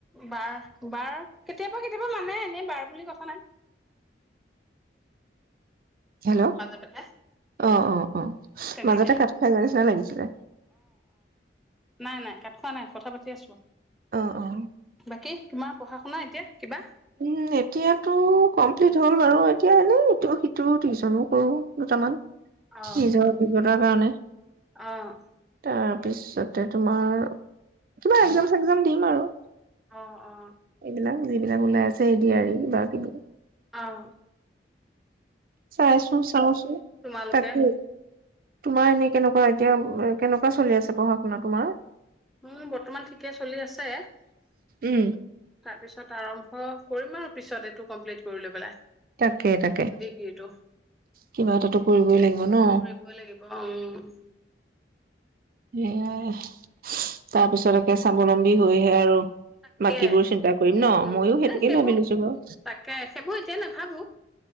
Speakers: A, in the centre; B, on the right.
A: বাৰ বাৰ কেতিয়াবা কেতিয়াবা নানে, এনেই বাৰ বুলি কথা নাই।
B: হেল্ল'
A: মাজে পাতে
B: অ', অ', অ'।
A: তেনেকে
B: মাজতে কাট খাই যোৱা নিচিনা লাগিছিলে।
A: নাই-নাই কাট খোৱা নাই কথা পাতি আছো।
B: অ অ
A: বাকী তোমাৰ পঢ়া শুনা এতিয়া কিবা
B: উম এতিয়াতো কমপ্লিট হ'ল বাৰু, এতিয়া এনে ইটো সিটো টিউচন ও কৰো দুটামান।
A: অ
B: <unintelligible> ৰ কাৰণে
A: অ'।
B: তাৰপিছতে তোমাৰ কিবা এগজাম চেগ্জাম দিম আৰু৷
A: অ'। অ
B: ইগিলা যিবিলাক ওলাই আছে এ দি আৰি কিবা কিবি
A: আও।
B: চাইছো চাওঁচো
A: তোমালোকে
B: তাকে তোমাৰ এনেই কেনেকুৱা এতিয়া কেনেকুৱা চলি আছে পঢ়া শুনা তোমাৰ?
A: উম, বৰ্তমান ঠিকে চলি আছে,
B: উম
A: তাৰপিছত আৰম্ভ কৰিম আৰু পিছত এইটো কমপ্লিট কৰি লৈ পেলাই।
B: তাকে, তাকে
A: ডিগ্ৰীটো
B: কিবা এটাটো কৰিবই লাগিব ন?
A: কৰিবই লাগিব উম
B: সেয়াই তাৰপিছত একে স্বাৱলম্বী হৈহে আৰু।
A: তাকে
B: বাকীবোৰ
A: উম,
B: চিন্তা কৰিম ন ময়ো সেইটোকে
A: এ সেইবোৰ
B: ভাবি লৈছো
A: তাকে
B: বাৰু
A: সেইবোৰ এতিয়াই নাভাবো।